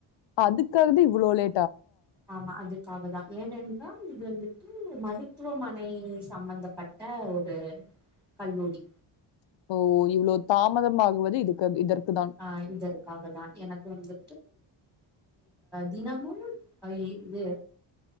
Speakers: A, on the left; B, in the centre.
A: அதுக்காக தா இவ்வளோ லே
B: ஆமா அதுக்காகதா ஏனென்றால் இது வந்துட்டு மருத்துவமனை சம்பந்தப்பட்ட ஒரு கல்லூரி
A: ஓ இவ்வளோ தாமதம்மாகுவது இதுக்கு இதற்கு தான்
B: ஆ இதற்காக தா எனக்கு வந்து தினமும் இது